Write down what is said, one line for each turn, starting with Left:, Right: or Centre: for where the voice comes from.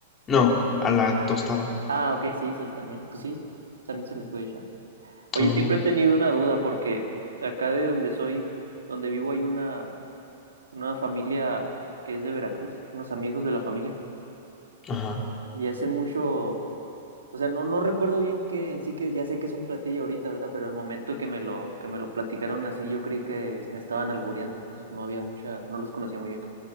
Left: No, a la tostada.
Right: Ah, ok, sí, sí, también. Pues sí, también se le puede echar. Oye,
Left: Oh,
Right: siempre he tenido una duda porque acá de donde soy, donde vivo, hay una, una familia que es de Veracruz, unos amigos de la familia.
Left: ajá,
Right: Y hace mucho O sea, no, no recuerdo bien que en sí que ya sé que es un platillo ahorita, ¿verdad? Pero el momento que me lo, que me lo platicaron así, yo creí que me estaban albureando, pues no había mucha, no los conocía muy bien.